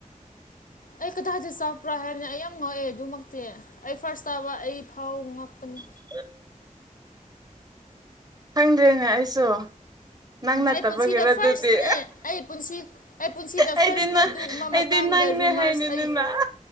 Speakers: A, on the left (about 90°); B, on the right (about 30°).
A: ꯑꯩ ꯀꯗꯥꯏꯗ ꯆꯥꯛꯄ꯭ꯔꯥ ꯍꯥꯏꯕꯅꯤ ꯑꯩ ꯌꯥꯝ ꯉꯛꯑꯦ ꯑꯗꯨꯃꯛꯇꯤ ꯑꯩ ꯐꯥꯔꯁ ꯇꯥꯕ ꯑꯩ ꯐꯥꯎ ꯉꯛꯄꯅꯤ
B: ꯑꯦ ꯈꯪꯗꯦꯅꯦ ꯑꯩꯁꯨ ꯅꯪ ꯅꯠꯇꯕꯒꯤꯔ
A: ꯑꯩ ꯄꯨꯟꯁꯤꯗ
B: ꯑꯗꯨꯗꯤ
A: ꯐꯥꯔꯁꯅꯦ ꯑꯩ ꯄꯨꯟꯁꯤ ꯑꯩ ꯄꯨꯟꯁꯤꯗ
B: ꯑꯩꯗꯤ
A: ꯐꯥꯔꯁꯅꯦ
B: ꯅꯪ
A: ꯑꯗꯨꯒꯨꯝꯕ
B: ꯑꯩꯗꯤ
A: ꯃꯇꯥꯡꯗ
B: ꯅꯪꯅꯦ
A: ꯔꯨꯃꯔꯁ
B: ꯍꯥꯏꯅꯤꯅ
A: ꯑꯩ